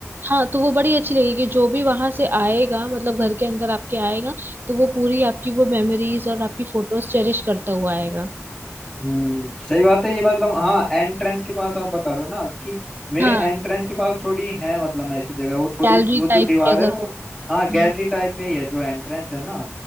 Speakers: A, on the right (about 40°); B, on the left (about 15°).
A: हाँ तो वो बड़ी अच्छी लगेगी जो भी वहां से आएगा मतलब घर के अंदर आपके आएगा तो वो पूरी आपकी वो मेमोरीज और आपकी फोटोज चेरिश करता हुआ आएगा
B: हम्म सही बात है ये मतलब हाँ एंट्रेंस के पास आप बता रहे हो ना कि मेरे
A: हाँ
B: एंट्रेंस के पास थोड़ी है मतलब ऐसी जगह वो थोड़ी
A: गैलरी
B: वो जो
A: टाइप
B: दीवार
A: की अगर
B: है वो
A: वो हम्म
B: हाँ गैलरी टाइप में ही है जो एंट्रेंस है ना